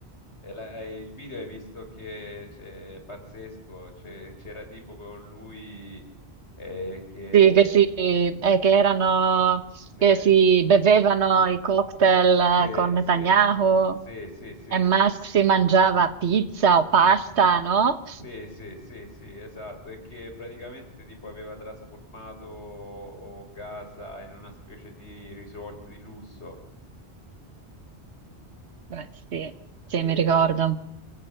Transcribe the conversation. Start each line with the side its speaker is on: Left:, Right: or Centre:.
Left: E la- e il video hai visto che c'è pazzesco, c'è- c'era tipo con lui eh, che
Right: Sì, che, si, eh, che erano,
Left: sì,
Right: che si bevevano i cocktail
Left: sì,
Right: eh, con Netanyahu
Left: sì, sì, sì, sì,
Right: e Musk
Left: sì,
Right: si mangiava pizza o pasta, no?
Left: sì, sì, sì, sì, esatto, e che praticamente tipo aveva trasformato oh, Gaza in una specie di resort di lusso.
Right: Beh, sì, sì,
Left: E
Right: mi ricordo.